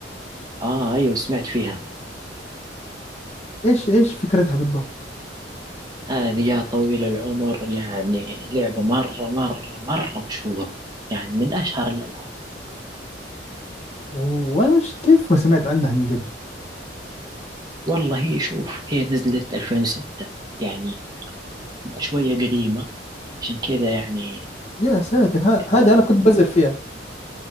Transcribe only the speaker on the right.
اه ايوه سمعت فيها
هذه يا طويل العمر يعني لعبة مرة مرة مرة مشهورة يعني من اشهر الالعاب
والله هي شوف هي نزلت 2006 يعني شوية قديمة عشان كذا يعني
على